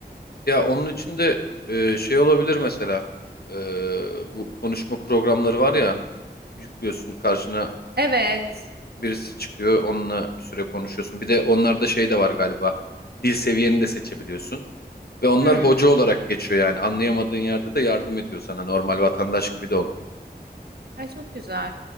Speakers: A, on the left; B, on the right.
A: Ya onun için de e, şey olabilir mesela. E, bu konuşma programları var ya yüklüyorsun karşına
B: Evet.
A: birisi çıkıyor onunla bir süre konuşuyorsun. Bir de onlarda şey de var galiba dil seviyeni de seçebiliyorsun. Ve onlar
B: Hmm.
A: hoca olarak geçiyor yani anlayamadığın yerde de yardım ediyor sana normal vatandaş gibi de olmuyor.
B: Ay çok güzel.